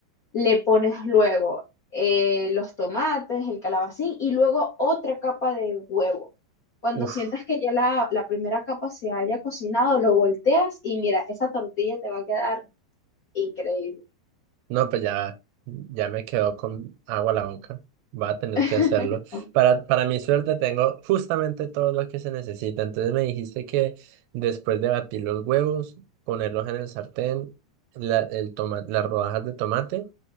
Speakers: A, on the left; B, on the right.
A: le pones luego eh, los tomates, el calabacín y luego otra capa de huevo. Cuando
B: uf.
A: sientas que ya la, la primera capa se haya cocinado, lo volteas y mira, esa tortilla te va a quedar increíble.
B: No, pues ya, ya me quedó con agua a la boca. Va a tener
A: <laughs>
B: que hacerlo. Para, para mi suerte tengo justamente todo lo que se necesita. Entonces me dijiste que después de batir los huevos, ponerlos en el sartén, la, el toma- las rodajas de tomate,